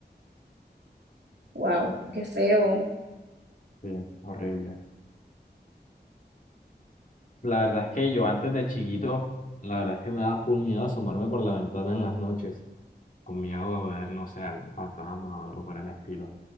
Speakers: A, on the right (about 75°); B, on the left (about 50°).
A: Wow,
B: Ok, pero-
A: qué feo.
B: Sí, horrible. La verdad es que yo antes de chiquito, la verdad es que me daba full miedo asomarme por la ventana en las noches, con miedo de ver, no sé, algún fantasma o algo por el estilo.